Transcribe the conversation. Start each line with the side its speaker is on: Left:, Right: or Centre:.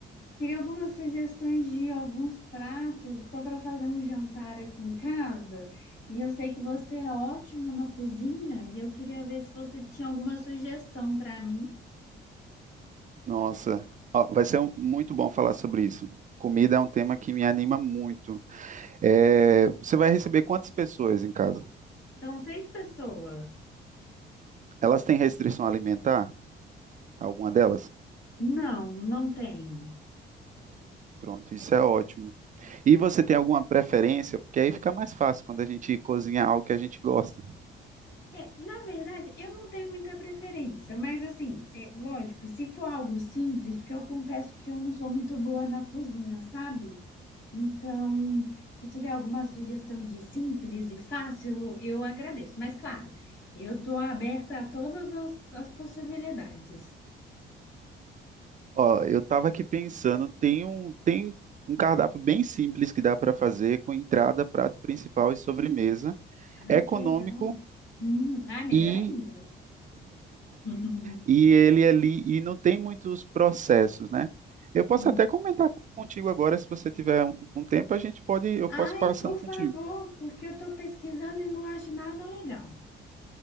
Left: queria algumas sugestões de alguns pratos. Estou para fazer um jantar aqui em casa e eu sei que você é ótimo na cozinha e eu queria ver se você tinha alguma sugestão para mim.
Right: Nossa, ó, vai ser um- muito bom falar sobre isso. Comida é um tema que me anima muito. É, você vai receber quantas pessoas em casa?
Left: São seis pessoas.
Right: Elas têm restrição alimentar? Alguma delas?
Left: Não, não tem.
Right: Pronto, isso é ótimo. E você tem alguma preferência? Porque aí fica mais fácil quando a gente cozinha algo que a gente gosta.
Left: É, na verdade, eu não tenho muita preferência, mas assim, é, lógico, se for algo simples, porque eu confesso que eu não sou muito boa na cozinha, sabe? Então, se tiver alguma sugestão de simples e fácil, eu agradeço. Mas claro, eu estou aberta a todas as, as possibilidades.
Right: Ó, eu tava aqui pensando, tem um, tem um cardápio bem simples que dá para fazer com entrada, prato principal e sobremesa.
Left: Ai,
Right: É econômico
Left: que legal. Hum, ai, melhor
Right: e,
Left: ainda. <laughs>
Right: e ele ali e não tem muitos processos, né? Eu posso
Left: Hum.
Right: até comentar contigo agora, se você tiver um um tempo, a gente pode, eu posso
Left: Ai,
Right: passando
Left: por
Right: contigo.
Left: favor, porque eu estou pesquisando e não acho nada legal.